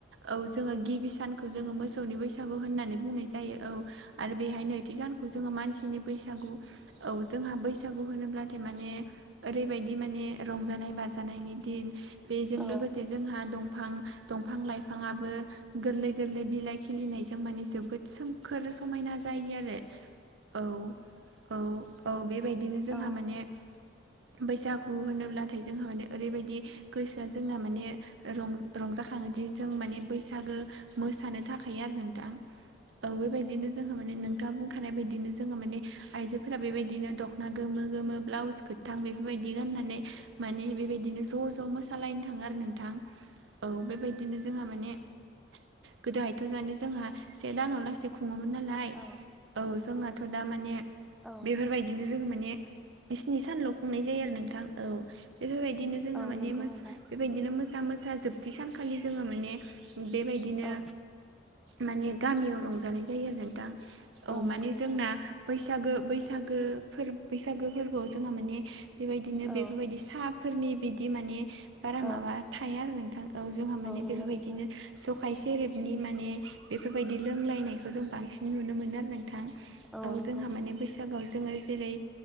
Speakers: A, on the right; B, in the centre.
A: औ जोङो गिबि सानखौ जोङो मोसौनि बैसागु होननानै बुंनाय जायो औ आरो बेहाय नै थि जानखौ जोङो मानसिनि बैसागु औ जोंहा बैसागु होनोब्लाथाय माने ओरैबायदि माने रंजानाय बाजानायनि दिन बेजों
B: औ
A: लोगोसे जोंहा दंफां दंफां लाइफाङाबो गोरलै गोरलै बिलाइ खिलिनायजों माने जोबोद सोमखोर समायना जायो आरो औ औ औ बेबायदिनो जोंहा
B: औ
A: माने बैसागु होनोब्लाथाय जोंहा माने ओरैबायदि गोसोआ जोंना माने रंज रंजाखाङोदि जों माने बैसागो मोसानो थाखायायो आरो नोंथां औ बेबायदिनो जोंहा माने नोंथाङा बुं थानायानाय बायदिनो जोङो माने आइजोफोरा बेबायदिनो दख'ना गोमो गोमो ब्लाउसखौ थां बेफोरबायदि गाननानै माने बेबायदिनो ज' ज' मोसालायनो थाङो आरो नोंथां औ बेबायदि बिदिनो जोंहा माने गोदोहायथ' माने जोंहा से दानाव लाांसे खुङोमोन नालाय
B: औ
A: औ जोंनाथ' दा माने
B: औ
A: बेफोरबायदि बिनो ज मान सनि सानल'नाय जायो आरो नोंथां औ बेफोरबायदिनो जोङो
B: औ
A: माने
B: नंगौ
A: म
B: नोंथां
A: बेबायदिनो मोसा मोसा जोबथि सानखालि जोङो माने बेबायदिनो
B: औ
A: माने गामियाव रंजानाय जायो आरो नों दा औ माने
B: नंगौ नोंथां
A: जोंना बैसागो बैसागो फोर बैसागो फोरबोआव जोंहा माने बेबायदिनो
B: औ
A: बेफोरबायदि साहाफोरनि बिदि माने बारा
B: औ
A: माबा थाया आरो नोंथां औ जोंहा माने
B: नंगौ
A: बेफोरबायदिनो
B: नोंथां
A: सखाय सेरेबनि माने बेफोरबायदि लोंलायनायखौ जों बांसिन नुनो मोनो आरो नोंथां।
B: औ नंगौ
A: जोंहा
B: नोंथां
A: माने बैसागोआव जोङो जेरै